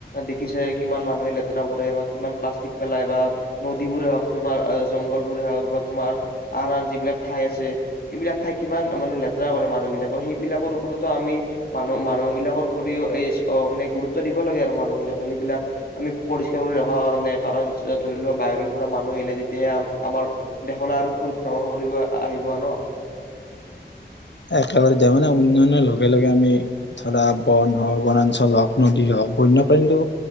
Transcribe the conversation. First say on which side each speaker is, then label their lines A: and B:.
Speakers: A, on the left; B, on the left.
A: দেখিচাই কিমান মানুহে লেতেৰা কৰে বা কিমান প্লাষ্টিক পেলাই বা নদীবোৰে হওক তোমাৰ জংঘল বোৰে হওক বা তোমাৰ আন আন যিবিলাক ঠাই আছে সেইবিলাক ঠাই কিমান মানে লেতেৰা কৰে মানুহ বিলাকৰ সেইবিলাকৰ ওপৰতো আমি মানুহ মা মানুহ বিলাকৰ উপৰিও এই মানে গুৰুত্ব দিব লাগে আৰু মানুহ বিলাকে সেইবিলাক আমি পৰিষ্কাৰ কৰি ৰখা কাৰণে কাৰণ ধৰি লোৱা বাহিৰৰ পৰা মানুহ আহিলে তেতিয়াহে আমাৰ দেশলৈ আৰু ফুৰি ভ্ৰমণ কৰিব আহিব ন
B: একেবাৰে দিয়া মানে উন্নয়নৰ লগে লগে আমি ধৰা বন হওক বনাঞ্চল হওক নদী হওক বন্যপ্ৰাণীটো